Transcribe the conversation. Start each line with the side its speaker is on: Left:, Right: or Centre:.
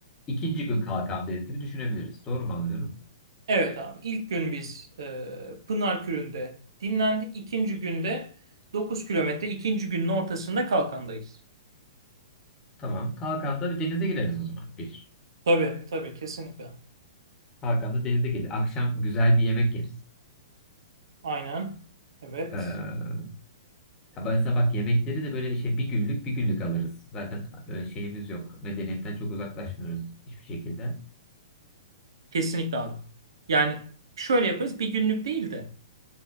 Left: ikinci gün Kalkan'dayız gibi düşünebiliriz. Doğru mu anlıyorum?
Right: Evet abi İlk gün biz e, Pınarkürü'nde dinlendik. İkinci günde dokuz kilometre İkinci günün ortasında Kalkan'dayız.
Left: Tamam. Kalkan'da bir denize gireriz o zaman. Bir.
Right: Tabii tabii kesinlikle.
Left: Kalkan'da denize gireriz. Akşam güzel bir yemek yeriz.
Right: Aynen. Evet.
Left: Ee, Ya ben sana bak yemekleri de böyle şey bir günlük bir günlük alırız. Zaten e, şeyimiz yok. Medeniyetten çok uzaklaşmıyoruz hiçbir şekilde.
Right: Kesinlikle abi. Yani şöyle yaparız bir günlük değil de